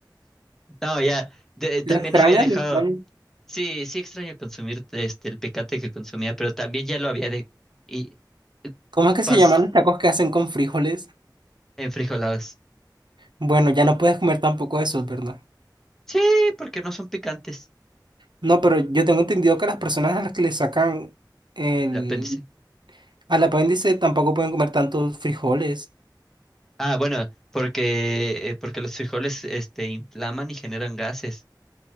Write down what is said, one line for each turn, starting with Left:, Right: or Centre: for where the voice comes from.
Centre: No, ya de- también
Right: Lo extrañas,
Centre: había dejado
Right: lo extrañas.
Centre: Sí, sí extraño consumir este el picante que consumía, pero también ya lo había de y
Right: ¿Cómo es que
Centre: paz
Right: se llaman los tacos que hacen con frijoles?
Centre: en frijoladas.
Right: Bueno, ya no puedes comer tampoco eso, ¿verdad?
Centre: Sí, porque no son picantes.
Right: No, pero yo tengo entendido que las personas a las que le sacan el,
Centre: El apéndice.
Right: al apéndice tampoco pueden comer tantos frijoles.
Centre: Ah, bueno, porque, eh, porque los frijoles, este, inflaman y generan gases.